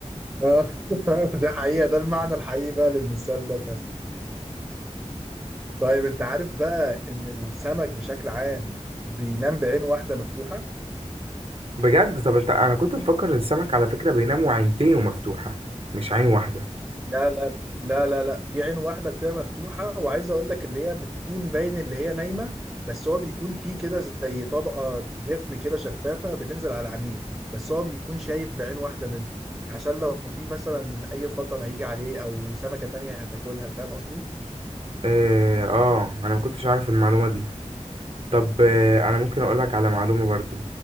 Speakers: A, on the right; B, on the right.
A: آه، <laughs> ده حقيقة ده المعنى الحقيقي بقى للمثال ده فعلا طيب انت عارف بقى ان السمك بشكل عام بينام بعين واحدة مفتوحة
B: بجد طب انت انا كنت مفكر ان السمك على فكرة بينام وعينتينه مفتوحة مش عين واحدة
A: لا لا لا لا لا في عين واحدة بتبقى مفتوحة وعايز أقول لك اللي هي بتكون باين اللي هي نايمة بس هو بيكون فيه كده زي طبقة جفن كده شفافة بتنزل على عينيه بس هو بيكون شايف بعين واحدة منه عشان لو في مثلا أي خطر هيجي عليه أو سمكة تانية هتاكلها فاهم قصدي؟
B: اه, آه انا ما كنتش عارف المعلومة دي طب آه انا ممكن اقول لك على معلومة برضو